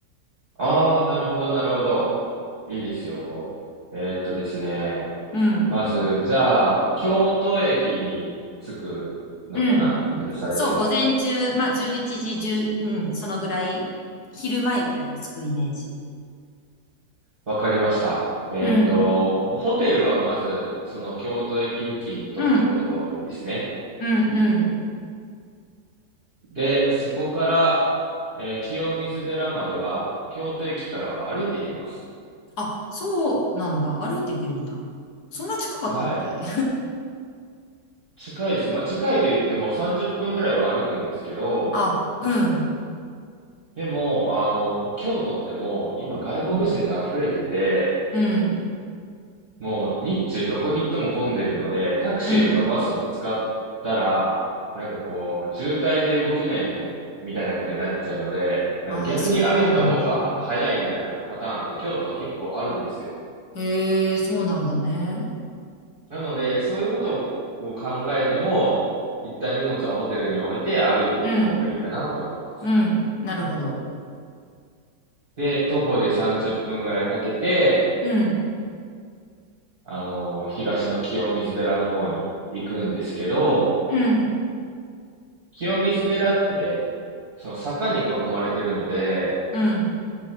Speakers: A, on the right; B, on the left.
A: ああ、なるほど、なるほど。いいですよ。えーっとですね。
B: うん。
A: まず、じゃあ、京都駅に着くのかなまず最初は。
B: うん。そう、午前中、まあ11時1ううん、そのぐらい、昼前ぐらいに着くイメージ。
A: わかりました。えーっと、
B: うん、
A: ホテルはまず、その京都駅付近に取っておいた方がいいですね。
B: うん、うん、うん。
A: で、そこから、えー清水寺までは、京都駅からは歩いていきます。
B: あ、そうなんだ。歩いていけるんだ。そんな近かったっけ
A: はい。近いです。まあ、近いと言っても30分ぐらいは歩くんですけど、
B: <laughs> あ、うん、
A: でも、あの、京都ってもう今外国人で溢れてて、
B: うん、
A: もう日中どこに行っても混んでるので、タクシーとかバスを使ったら、
B: うん。
A: なんかこう、渋滞で動けないみたいな、みたいなことになっちゃうので、なんか逆に歩いた方が早いみたいなパターンって京都は結構あるんですよ。
B: あ、そうなんだ。へえ、そうなんだね。
A: なので、そういうことを考えても、一旦荷物はホテルに置いて歩いて行った方がいいかなと思います。
B: うん、うん。なるほど。
A: で、徒歩で30分ぐらいかけて、
B: うん、
A: あの、東の清水寺の方に行くんですけど、
B: うん、
A: 清水寺って、その坂に囲まれてるので、
B: うん。